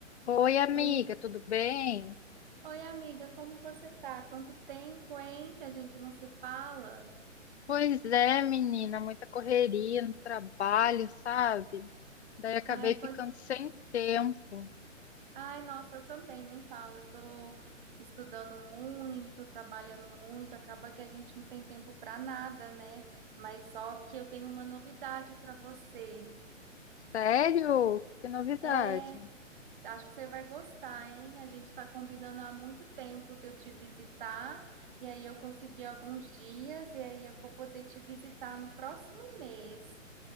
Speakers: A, on the left; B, on the right.
A: Oi, amiga,
B: Oi,
A: tudo bem?
B: oi amiga, como você tá? Quanto tempo, hein, que a gente não se fala?
A: Pois é, menina, muita correria no trabalho, sabe? Daí acabei
B: Ai,
A: ficando
B: pois,
A: sem tempo.
B: Ai, nossa, eu também nem falo. Eu tô estudando muito, trabalhando muito, acaba que a gente não tem tempo pra nada, né? Mas só que eu tenho uma novidade pra você.
A: Sério? Que novidade.
B: É,
A: <gasps>
B: acho que você vai gostar, hein? A gente tá combinando há muito tempo de eu te visitar. E aí eu consegui alguns dias e aí eu vou poder te visitar no próximo mês.